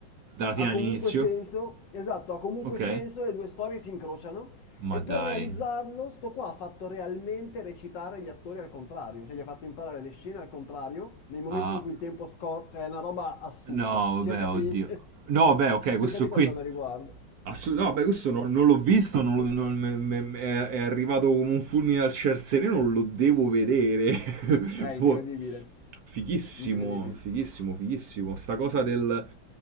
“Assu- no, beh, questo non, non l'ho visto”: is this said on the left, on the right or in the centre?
Right